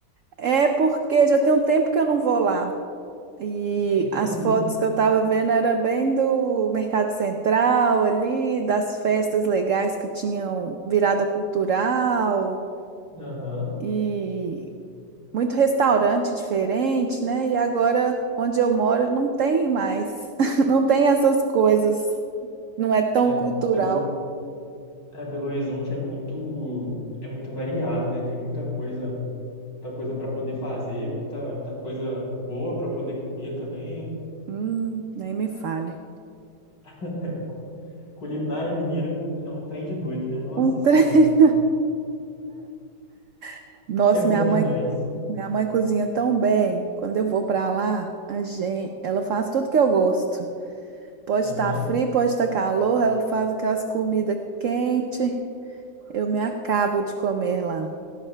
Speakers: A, on the right (about 70°); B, on the left (about 80°).
A: É porque já tem um tempo que eu não vou lá. E
B: Entendi.
A: as fotos que eu tava vendo era bem do Mercado Central ali, das festas legais que tinham virada cultural
B: Aham.
A: e muito restaurante diferente, né? E agora onde eu moro não tem mais, <laughs> não tem essas coisas, não é tão
B: É,
A: cultural.
B: Belo, é, Belo Horizonte é muito, é muito variado, né? Tem muita coisa muita coisa para poder fazer, muita, muita coisa boa para poder comer também.
A: Hum, nem me fale.
B: <laughs> Cu- Culinária mineira é um, é um trem de doido, né? Nossa
A: Um
B: Senhora.
A: tre... <laughs> Nossa,
B: É bom
A: minha mãe,
B: demais.
A: minha mãe cozinha tão bem. Quando eu vou pra lá, a gente, ela faz tudo que eu gosto. Pode
B: Aham.
A: estar frio, pode estar calor, ela faz aquelas comidas quentes. Eu me acabo de comer lá.